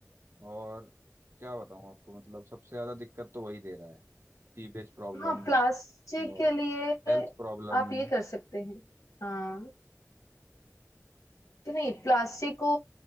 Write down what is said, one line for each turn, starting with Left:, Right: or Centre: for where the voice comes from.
Right: और क्या बताऊं आपको मतलब सबसे ज्यादा दिक्कत तो वही दे रहा है सीवेज प्रॉब्लम
Left: हाँ प्लास्टिक
Right: और
Left: के लिए
Right: हेल्थ प्रॉब्लम
Left: आप ये कर सकते हैं हाँ कि नहीं प्लास्टिक को